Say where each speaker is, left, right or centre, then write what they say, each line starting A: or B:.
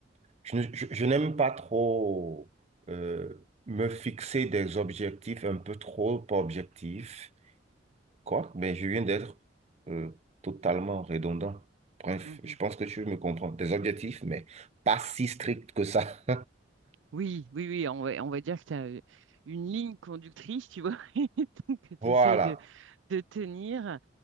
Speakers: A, on the right; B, on the right.
A: je, ne- je- je n'aime pas trop euh, me fixer des objectifs un peu trop objectifs, quoi, mais je viens d'être euh, totalement redondant. Bref,
B: Mhm.
A: je pense que tu me comprends. Des objectifs, mais pas si stricts que ça.
B: Oui, oui, oui, on va, on va dire que tu as une ligne conductrice, tu vois, <laughs> que tu
A: Voilà,
B: essayes de, de tenir.